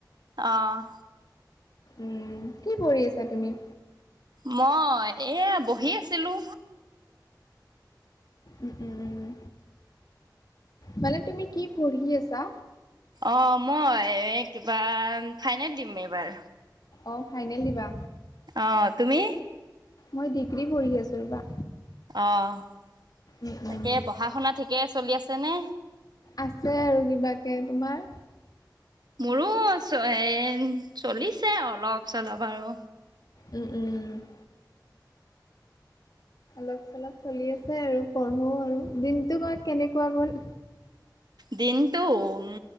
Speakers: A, on the right (about 65°); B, on the left (about 55°).
A: অ',
B: উম, কি কৰি আছা তুমি?
A: মই এয়া বহি আছিলো।
B: উম, উম, মানে তুমি কি পঢ়ি আছা?
A: অঁ এ মই কিবা ফাইনেল দিম এইবাৰ।
B: অঁ ফাইনেল দিবা।
A: অ', তুমি?
B: মই ডিগ্ৰী পঢ়ি আছো, ৰবা।
A: অ',
B: উম,
A: তাকে
B: উম,
A: পহা হুনা ঠিকে চলি আছেনে?
B: আছে আৰু কিবাকে তোমাৰ?
A: মোৰো এ‌ চলিছে অলপ চলপ আৰু।
B: উম, উম, অলপ চলপ চলি আছে আৰু পঢ়ো আৰু, দিনটো কোৱা কেনেকুৱা গ'ল।
A: দিনটো, উম,